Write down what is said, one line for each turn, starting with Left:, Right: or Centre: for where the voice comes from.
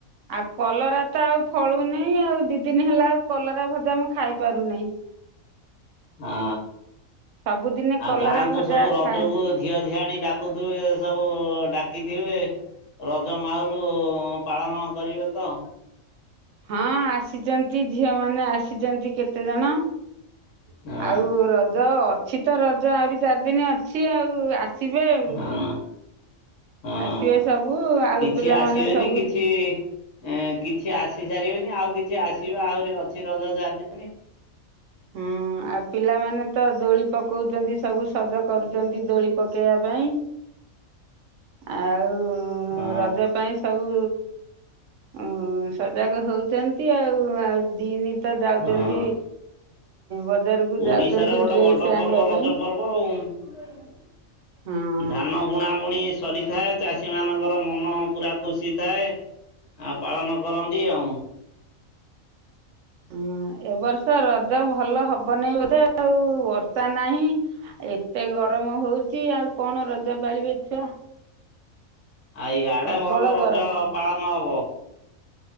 Right: ଆଉ କଲରା ତ ଆଉ ଫଳୁନାହିଁ ଆଉ ଦି ଦିନ ହେଲା ଆଉ କଲରା ଭଜା ମୁଁ ଖାଇ ପାରୁନାହିଁ।
Left: ହା
Right: ସବୁଦିନେ
Left: ଆଉ
Right: କଲରା
Left: ଗାଁ କୁ
Right: ଭଜା
Left: ସବୁ ରଜକୁ
Right: ଖାଏ।
Left: ଝିଅ ଝିଆଣି ଡାକୁଥିବେ ସବୁ ଡାକିଥିବେ ରଜ ମାହୁଲୁ ପାଳନ କରିବେ ତ?
Right: ହଁ ଆସିଛନ୍ତି ଝିଅ ମାନେ ଆସିଛନ୍ତି। କେତେ ଜଣ
Left: ହଁ
Right: ଆଉ ରଜ ଅ ଅଛି ତ ରଜ ଆହୁରି ଚାରି ଦିନ ଅଛି ଆଉ ଆସିବେ ଆଉ।
Left: ହଁ। ହଁ
Right: ଆସିବେ ସବୁ ଆଉ
Left: କିଛି
Right: ପିଲାମାନେ
Left: ଆସିବେନି
Right: ସବୁ
Left: କିଛି ଏ କିଛି ଆସି ସାରିବେନି ଆଉ କିଛି ଆସିବ ଆହୁରି ଅଛି ରଜ ଚାରିଦି
Right: ହୁଁ। ଆଉ ପିଲାମାନେ ତ ଦୋଳି ପକଉଛନ୍ତି ସବୁ ସଜ କରୁଛନ୍ତି ଦୋଳି ପକେଇବା ପାଇଁ। ଆଉ
Left: ହଁ
Right: ରଜ ପାଇଁ ସବୁ ଉ ସଜାଗ ହଉଛନ୍ତି ଆଉ ଆଉ ଦିନ୍ ତ ଯାଉଛନ୍ତି
Left: ହଁ
Right: ବଜାରକୁ ଯାଉଛନ୍ତି
Left: ଓଡିଶାର ଗୋଟେ
Right: ଡ୍ରେସ୍
Left: ବଡ ପର୍ବ
Right: ଆଣିବା ପାଇଁ।
Left: <unintelligible>
Right: ହୁଁ।
Left: ଧାନ ବୁଣା ବୁଣି ସରିଥାଏ ଚାଷୀ ମାନଙ୍କର ମନ ପୁରା ଖୁସି ଥାଏ। ଆ ପାଳନ କରନ୍ତି ଆଉ।
Right: ହଁ ଏବ ବର୍ଷ ରଜ ଭଲ ହବନି ବୋଧେ ଆଉ। <inaudible> ବର୍ଷା ନାହିଁ ଏତେ ଗରମ ହଉଛି ଆଉ କଣ ରଜ ପାଳିବେ ଛୁଆ।
Left: ଆ ଇଆଡେ
Right: ପ୍ରବଳ
Left: ଭଲ
Right: ଗରମ
Left: ରଜ ପାଳନ ହବ।